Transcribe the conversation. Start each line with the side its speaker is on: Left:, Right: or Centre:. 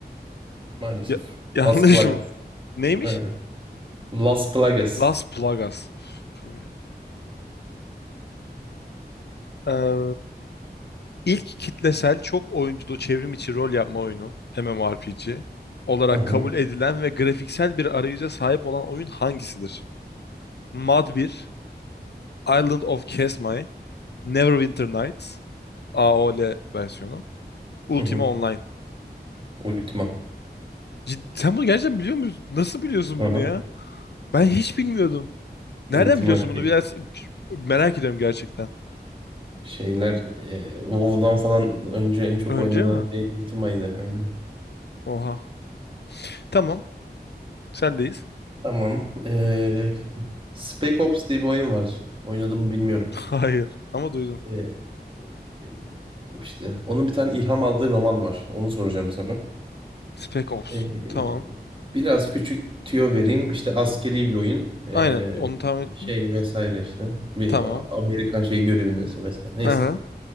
Right: Maalesef.
Left: Ya- <laughs> yanlış
Right: Las Plagas.
Left: mı? Neymiş?
Right: Aynen. Las Plagas.
Left: Las Plagas. Üf, Bu ne? ya? Ee, ilk kitlesel çok oyunculu çevrim içi rol yapma oyunu MMORPG olarak
Right: Aha,
Left: kabul edilen ve grafiksel bir arayüze sahip olan oyun hangisidir? Mud bir. Island of Kesmai, Neverwinter Nights AOL versiyonu. Ultima
Right: aha.
Left: Online.
Right: Ultima.
Left: Cid- sen bunu gerçekten biliyor musun? Nasıl biliyorsun
Right: Aha.
Left: bunu ya? Ben hiç bilmiyordum.
Right: Ultima
Left: Nereden biliyorsun
Right: şey-
Left: bunu? Biraz merak ediyorum gerçekten.
Right: şeyler e, WoW'dan falan önce en çok
Left: Önce
Right: oynanan
Left: mi?
Right: şey Ultima'ydı aynı.
Left: Oha. Tamam. Sendeyiz.
Right: Tamam. E, Spec Ops diye bir oyun var. Oynadım mı bilmiyorum.
Left: <laughs> Hayır. Ama duydum.
Right: E, e, işte onun bir tane ilham aldığı roman var. Onu soracağım sana.
Left: Spec Ops.
Right: E,
Left: Tamam.
Right: biraz küçük tüyo vereyim. İşte askeri bir oyun. E,
Left: Aynen. Onu tahmin ettim.
Right: şey vesaire işte. Bir
Left: Tamam.
Right: Amerikan şey görevindesin vesaire. Neyse.
Left: Aha.